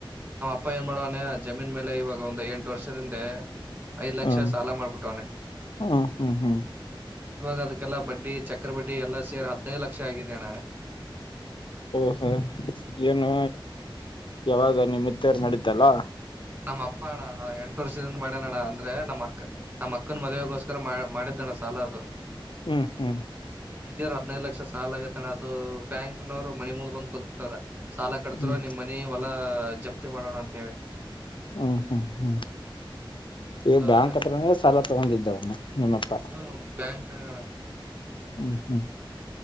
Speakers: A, on the right; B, on the left.
A: ಪ್ಪ ಏನ್ ಮಾಡವಾನೆ ಜಮೀನ್ ಮೇಲೆ ಇವಾಗ ಒಂದು ಎಂಟು ವರ್ಷದಿಂದೆ ಐದ್ ಲಕ್ಷ
B: ಹ್ಮ್
A: ಸಾಲ ಮಾಡ್ಬಿಟ್ಟ ಅವನ
B: ಹ್ಮ್ ಹ್ಮ್ ಹ್ಮ್
A: ಇವಾಗ ಅದಕ್ಕೆಲ್ಲ ಬಡ್ಡಿ ಚಕ್ರ ಬಡ್ಡಿ ಎಲ್ಲಾ ಸೇರಿ ಹದ್ನೈದು ಲಕ್ಷ ಆಗಿದೇಣ್ಣ
B: ಓಹೋ ಏನು ಯಾವಾಗ ನಿಮ್ಮತ್ತರ್ ಮಾಡತ್ತಲ್ಲ
A: ನಮ್ಮ ಅಪ್ಪ ಅಣ್ಣ ಎಂಟು ವರ್ಷದಿಂದ ಮಾಡ್ಯಣ ಅಂದ್ರೆ ನಮ್ಮ ಅಕ್ಕ ನಮಕ್ಕನ್ ಮದುವವೆೆಗೋಸ್ಕರ ಮಾಡಿದ್ದಣ್ಣ ಸಾಲ ಅದು
B: ಹೂ ಹೂ
A: ಈಗಾದ್ರ ಹದ್ೈದು ಲಕ್ಷ ಸಾಲ ಆಗೈತ ಅಣ್ಣ ಅದು ಬ್ಯಾಂಕ್ನವ್ರು ಮನೆಿ ಮುಂದ ಬಂದ ಕೂತ್ಬಿತಾರ ಸಾಲ ಕಟ್ ತೀರೋ
B: ಹ್ಮ್
A: ನಿಮ್ ಮನಿ ಹೊಲ ಜಪ್ತಿ ಮಾಡೋಣ ಅಂತೇಳಿ
B: ಹೂ ಹೂ ಹೂ
A: ಅಂತವ್ರ
B: ಈ ಬ್ಯಾಂಕ್ ಹತ್ರನ ಸಾಲ ತಗೊಂಡಿದ್ದವನ್ನ ನಿಮ್ಮಪ್ಪ
A: ಹ ಬ್ಯಾಂಕ್ನಣ
B: ಹೂ ಹೂ